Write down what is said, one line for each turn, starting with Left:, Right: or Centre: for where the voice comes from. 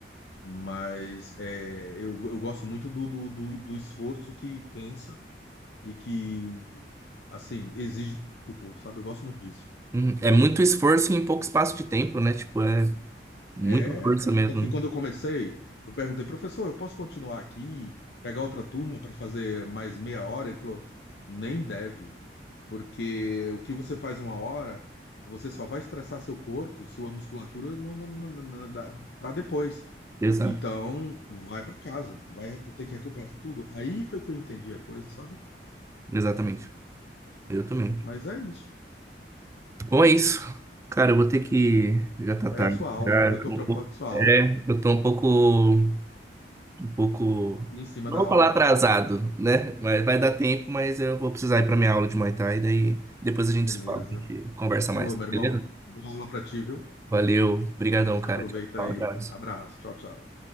Left: mas é, eu, eu gosto muito do, do, do, do esforço que cansa e que, assim, exige do corpo, sabe? Eu gosto muito disso.
Right: Uhum. É muito esforço em pouco espaço de tempo, né? Tipo, é muita
Left: É,
Right: força
Left: é,
Right: mesmo,
Left: tanto que
Right: né?
Left: quando eu comecei, eu perguntei, professor, eu posso continuar aqui, pegar outra turma para fazer mais meia hora? Ele falou, nem deve, porque o que você faz uma hora, você só vai estressar seu corpo, sua musculatura, no, no, no, no, para depois.
Right: Exato.
Left: Então, vai para casa, vai ter que recuperar tudo. Aí foi que eu entendi a coisa, sabe?
Right: Exatamente. Eu também.
Left: Mas é isso.
Right: Bom, é isso. Cara, eu vou ter que. Já tá tarde.
Left: É a sua aula.
Right: Já,
Left: Eu
Right: eu
Left: tô
Right: tô
Left: preocupado
Right: um pouco-
Left: com a sua
Right: É,
Left: aula.
Right: eu tô um pouco. Um pouco.
Left: Em cima
Right: Não
Left: da
Right: vou
Left: hora,
Right: falar
Left: né?
Right: atrasado, né? Mas vai dar tempo, mas eu vou precisar ir pra minha aula de Muay Thai, daí depois a gente
Left: Beleza.
Right: se fala, a gente conversa
Left: Alô,
Right: mais,
Left: meu irmão.
Right: beleza?
Left: Boa aula pra ti, viu?
Right: Valeu, brigadão,
Left: Aproveita
Right: cara. Tchau, tchau,
Left: aí.
Right: abraço.
Left: Abraço. Tchau, tchau.